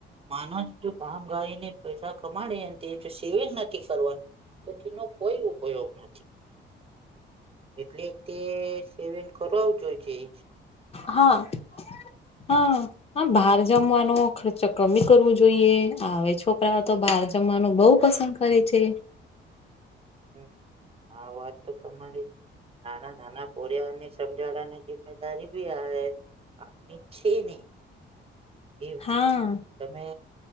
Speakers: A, on the right; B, on the left.
A: માનોસ કામ કરીને પૈસા કમાડે તે જો સેવિંગ નથી કરવાનું. તો તેનો કોઈ ઉપયોગ નથી. એટલે કે સેવિંગ કરાવવું જ જોઈએ.
B: હા-હા. હા બહાર જમવાનો ખર્ચો કમી કરવો જોઈએ આવે છોકરાઓ તો બહાર જમવાનું બહુ પસંદ કરે છે.
A: હમ્મ આ વાત તો તમારી નાના-નાના પોરીયાઓની સમજાડાની જિમ્મેદારી ભી આવે. આવે છે ને. એવું
B: હા
A: તમે